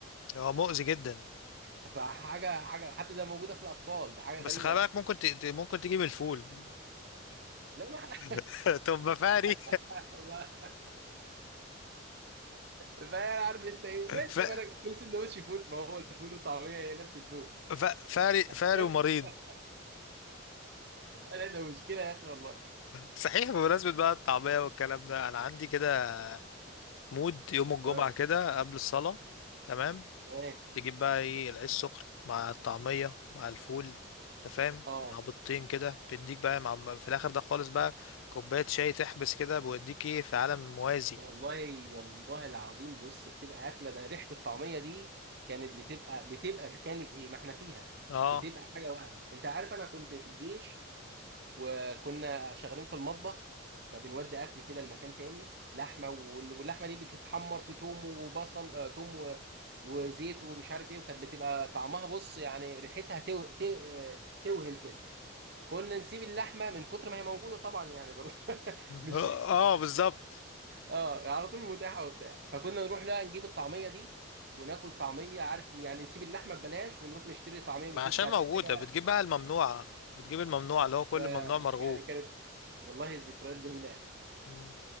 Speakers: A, on the left; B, on the right.
A: هو مؤذي جدا
B: ف- فحاجه حاجه حتى ده موجوده في الاطفال ده حاجه
A: بس
B: غريبه
A: خلي
B: يعني
A: بالك ممكن ت... ت- ممكن تجيب الفول
B: لا
A: <laughs> طب ما فاري
B: لا <laughs> الله فانا عارف انت ايه ماشي
A: <laughs> ف...
B: ما انا كل سندوتش فول ما هو الفول وطعميه هي نفس الفول
A: ف... فاري فاري
B: نفس
A: ومريض
B: ال- <laughs> انا ده مشكله يا اخي والله
A: صحيح بمناسبة بقى الطعمية والكلام ده أنا عندي كده مود يوم الجمعة
B: تمام
A: كده قبل الصلاة تمام
B: تمام
A: تجيب بقى إيه العيش سخن مع الطعمية مع الفول أنت فاهم
B: اه
A: مع بيضتين كده بيديك بقى مع في الآخر ده خالص بقى كوباية شاي تحبس كده بيوديك إيه في عالم موازي
B: والله والله العظيم بص بتبقى اكله ده ريحه الطعميه دي كانت بتبقى بتبقى كانت ايه ما احنا فيها
A: أه
B: بتبقى حاجه وهم انت عارف انا كنت في الجيش وكنا شغالين في المطبخ فبنودي اكل كده لمكان تاني لحمه وال- واللحمه دي بتتحمر في توم وبصل آه توم و- وزيت ومش عارف ايه وكانت بتبقى طعمها بص يعني ريحتها تو... تو... آه، توهم كده كنا نسيب اللحمه من كتر ما هي موجوده طبعا يعني برضه <laughs> مش
A: اه آه، بالظبط
B: اه على طول متاحه وبتاع فكنا نروح بقى نجيب الطعميه دي وناكل طعميه عارف يعني نسيب اللحمه ببلاش ونروح نشتري طعميه
A: ما
B: بفلوس
A: عشان
B: كانت
A: موجودة
B: حاجه
A: بتجيب بقى الممنوعة بتجيب الممنوعة اللي هو كل
B: ف-
A: ممنوع مرغوب
B: يعني كانت والله الذكريات جميله
A: مم.